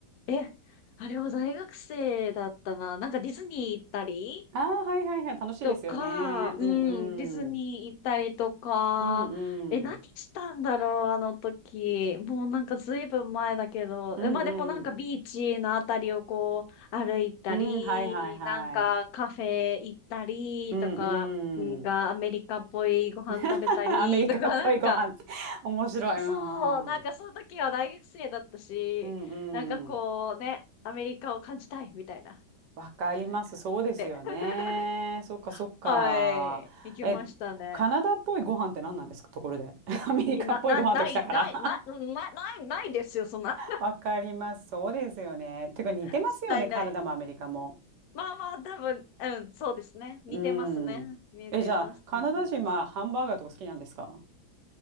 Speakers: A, on the left; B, on the right.
A: え、あれは大学生だったな。なんかディズニー行ったり、
B: ああ、はいはいはい。楽しいですよね。
A: とか、うん、
B: うん
A: ディズニー行ったりとか、
B: うん。うんうん。
A: え、何したんだろう、あの時。もうなんかずいぶん前だけど、
B: うんうん。
A: え、まあでもなんかビーチのあたりをこう歩いたり、
B: うん、はいはいはい。
A: なんかカフェ行ったりとか、
B: うん
A: なんかアメリカっぽいご飯食べたりとか、
B: うん。<laughs> アメリカっぽいご飯って
A: <laughs> なんか、
B: <laughs> 面白い。
A: そうそう、
B: うんうん。
A: なんかその時は大学生だったし、
B: うん
A: なんかこうね、
B: うん。
A: アメリカを感じたいみたいな、
B: わかります。
A: なんか、
B: そうですよね。
A: で。<laughs>
B: そっかそっか。
A: はい。行きましたね。
B: え、カナダっぽいご飯って何なんですかところで。<laughs> アメリカっぽいご飯ときたから。
A: え、な、な、ない、ない、な、な、な、ないないですよ、そんな。
B: わかります。そうですよね。てか似てますよね、
A: <laughs> ない、
B: カナダもアメリカも。
A: ない。まあまあ、多分、うん、そうですね。似てますね。
B: うん。
A: 似てます、
B: え、じゃあ、カナダ人はハンバーガーとか好きなんですか
A: 似てます。